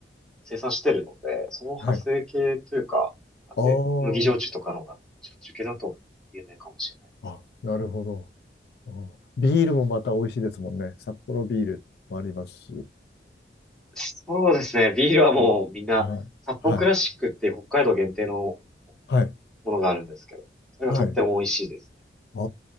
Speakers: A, in the centre; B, on the left.
A: 生産してるので、その派生系というか、
B: はい。ああ、
A: で、麦焼酎とかの方が焼酎系だと有名かもしれないで
B: あ、なるほど。ああビールもまた美味しいですもんね。札幌ビールもありますし。
A: す。そうですね。ビールはもうみんな、
B: うんはい。
A: 札幌クラシックっていう北海道限定の
B: はい。はい。
A: ものがあるんですけど、それがとっても美味しいですね。
B: はい。あ